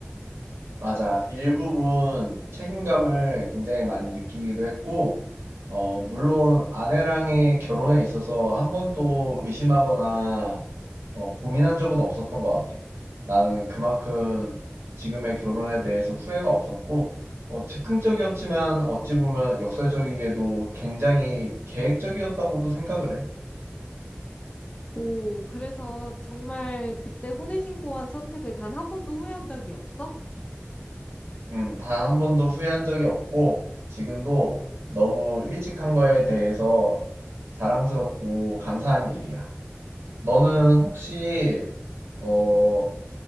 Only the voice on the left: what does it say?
오, 그래서 정말 그때 혼인신고한 선택을 단 한 번도 후회한 적이 없어?